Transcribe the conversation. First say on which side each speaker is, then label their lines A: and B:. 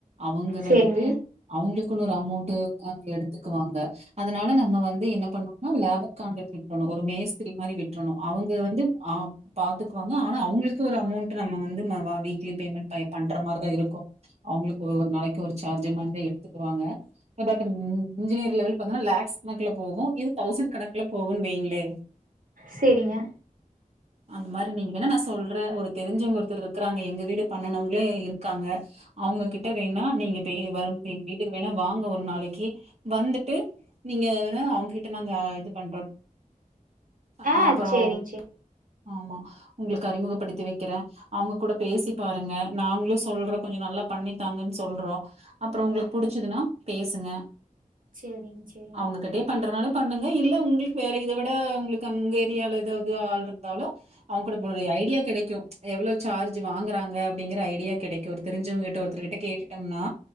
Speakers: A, on the right; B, on the right.
A: அவங்க
B: சேரிங்க
A: வந்துட்டு அவுங்களுக் குனு ஒரு அமௌண்ட்டு அ எடுத்துக்குவாங்க அதனால நம்ம வந்து என்ன பண்ணுனா லேபர் காண்ட்ரக்ட் விட்டர்னு ஒரு மேஸ்திரி மாரி விட்ரனு அவங்க வந்து ஆ பாத்துக்குவாங்க ஆனா அவங்களுக்கு ஒரு அமௌண்ட்டு நம்ம வந்து ந வா வீக்லி பேமெண்ட் பை பண்ற மாரி தா இருக் கு அவுங்களுக் ஒவ்வொர் நாளைக்கு ஒரு சார்ஜு மா ரி எடுத்துக்குவாங்க பட்டு ம் இன்ஜினியர் லெவல் பாத்தனா லேக்ஸ் கணக்குல போகு இது தௌஸண்ட் கணக்குல போகுன் வெய்ங்ளே
B: செரிங்க
A: அந்த மாரி நீங்க வேணா நா சொல்றே ஒரு தெரிஞ்சவங்க ஒருத்தர்ருக்கறாங்க எங்க வீடு பண்ணுனவ்ங்ளே இருக்காங்க அவங்ககிட்ட வேண்னா நீங்க பே <unintelligible> எங் வீட்டுக்கு வேணா வாங்க ஒரு நாளைக்கு வந்துட்டு நீங்க வந் தா அவுங்க்கிட்ட நாங்க இது பண்றோ அ
B: ஆ
A: அப்பறோ
B: சேரிங்க சேரி
A: ஆமா உங்களுக்கு அறிமுகப்படுத்தி வைக்கிறே அவங்க கூட பேசி பாருங்க நாங்களு சொல்றோ கொஞ்ச நல்லா பண்ணித்தாங்கன்னு சொல்றோ அப்புறோ உங்களுக்கு புடிச்சிதுனா பேசுங்க
B: சரிங்க சரி
A: அவங்ககிட்டயே பண்றனாலும் பண்ணுங்க இல்ல உங்களுக்கு வேற இத விட உங்களுக்கு அங்க ஏரியாவால ஏதாவது ஆள் இருந்தாலு அவங்க கூட ஒரு ஐடியா கெடைக்கு எவ்வளவு சார்ஜ் வாங்குறாங்க அப்டிங்கற ஐடியா கெடைக்கு ஒரு தெரிஞ்சவங்க கிட்ட ஒருத்தர்கிட்ட கேட்டுட்டோம்னா